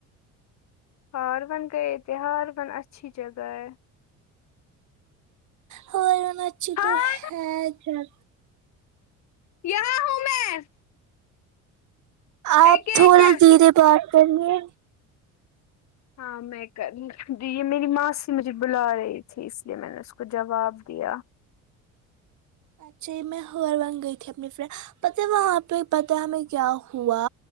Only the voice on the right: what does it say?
ہاں ہار بن ا چھی
تو ہے جگہ
آپ
تھوڑا
دھیرے بات کریے
اچھا یہ میں ہر ونگ گئی تھی اپنی فرینڈ پته وہاں پہ پتا ہمیں کیا ہوا